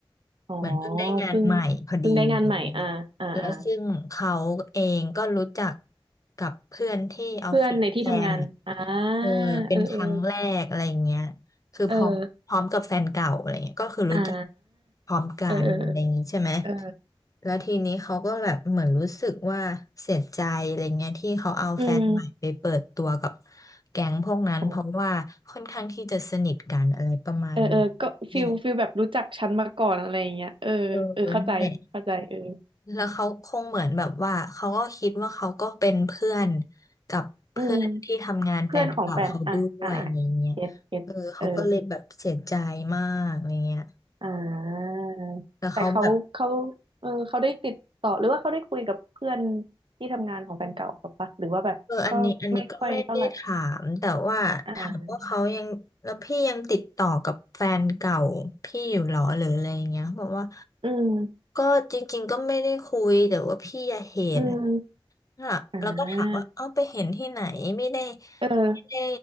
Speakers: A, on the right (about 65°); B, on the left (about 35°).
A: อ๋อ
B: เหมือนเพิ่งได้งานใหม่พอดีอะไรเงี้ย
A: เพิ่งเพิ่งได้งานใหม่อ่าอ่าอ่า
B: แล้วซึ่งเขาเองก็รู้จักกับเพื่อนที่ออฟฟิศแทนอะ
A: เพื่อนในที่ทำงาน อ่า
B: เออเป็นครั้งแรกอะไรเงี้ย
A: เออเออ
B: คือพร้อมพร้อมกับแฟนเก่าอะไรเงี้ยก็คือรู้จัก
A: เอออ่า
B: พร้อมกันอะไรอย่างงี้ใช่ไหม
A: เออเออเออ
B: แล้วทีนี้เขาก็แบบเหมือนรู้สึกว่าเสียใจอะไรเงี้ยที่เขาเอาแฟนใหม่ไปเปิดตัวกับ
A: อืม
B: แก๊งพวกนั้นเพราะว่าค่อนข้างที่จะสนิทกันอะไรประมาณ
A: โหเออเออก็ฟิลฟิลแบบรู้จักฉันมาก่อนอะไรอย่างเงี้ยเออเออ
B: นี้เออนั่นแหละ
A: เข้าใจเข้าใจเออ
B: แล้วเขาคงเหมือนแบบว่าเขาก็คิดว่าเขาก็เป็นเพื่อนกับเพื่อนที่ทำงานแฟนเก่าเขาด้วยอะไรเงี้ย
A: อืมเพื่อนของแฟนอ่ะอ่ะอ่ะเก็ตเก็ตเออ
B: เออเขาก็เลยแบบเสียใจมากอะไรเงี้ย
A: อ่า
B: แต่เขาแบบ
A: แต่เขาเขาเออเขาได้ติดต่อหรือว่าเขาได้คุยกับเพื่อนที่ทำงานของแฟนเก่าเขาปะหรือว่าแบบก็ไม่ค่อยเท่าไหร่
B: เอออันนี้อันนี้ก็ไม่ได้ถามแต่ว่าถามว่าเขายังแล้วพี่ยังติดต่อกับแฟนเก่าพี่อยู่หรอหรืออะไรอย่างเงี้ยเขาบอกว่า
A: อ่าอืม
B: ก็จริงๆก็ไม่ได้คุยแต่ว่าพี่อะเห็น
A: อืม
B: อ่ะแล้วก็ถามว่าเอาไปเห็นที่ไหนไม่ได้
A: อ่าเออ
B: ไม่ได้